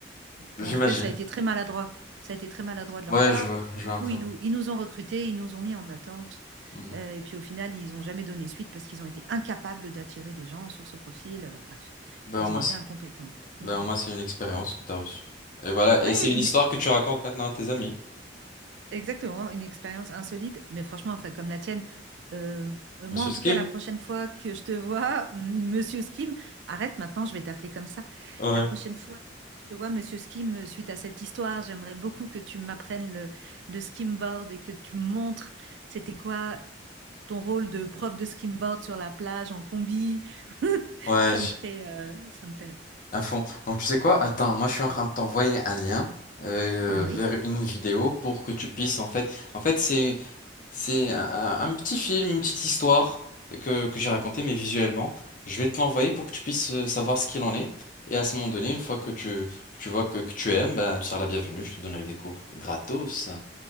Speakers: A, on the left; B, on the right.
A: J'imagine.
B: ou en tout cas, ça a été très maladroit. Ça a été très maladroit de leur
A: Ouais,
B: part.
A: je vois, je
B: Du
A: vois
B: coup,
A: un peu.
B: ils nous ils nous ont recrutés, ils nous ont mis en attente.
A: Mm.
B: Euh, et puis au final, ils ont jamais donné suite parce qu'ils ont été incapables d'attirer des gens sur ce profil. Euh, bref,
A: Ben,
B: ils
A: au moins,
B: ont été
A: c'est-
B: incompétents.
A: ben,
B: Mm, mm.
A: au moins, c'est une expérience que tu as reçue. Et voilà,
B: Ouais,
A: et c'est une
B: une-
A: histoire que tu racontes maintenant à tes amis.
B: Exactement, une expérience insolite, mais franchement, enfin, comme la tienne, euh, euh, moi
A: Monsieur
B: en
A: Skim?
B: tout cas, la prochaine fois que je te vois, <laughs> Monsieur Skim, arrête maintenant, je vais t'appeler comme ça.
A: Ouais.
B: La prochaine fois que je te vois, Monsieur Skim, euh, suite à cette histoire, j'aimerais beaucoup que tu m'apprennes le, le skimboard et que tu me montres c'était quoi ton rôle de prof de skimboard sur la plage en combi. <laughs>
A: Ouais,
B: Ça
A: j-
B: me ferait, euh, ça me plairait.
A: à fond. Donc, tu sais quoi? Attends, moi, je suis en train de t'envoyer un lien euh,
B: Ah oui?
A: vers une vidéo pour que tu puisses, en fait... En fait, c'est c'est un, un petit film, une petite histoire que, que j'ai racontée, mais visuellement. Je vais te l'envoyer pour que tu puisses euh, savoir ce qu'il en est. Et à ce moment donné, une fois que tu, que tu vois que, que tu aimes, ben, tu seras la bienvenue. Je te donnerai des cours gratos.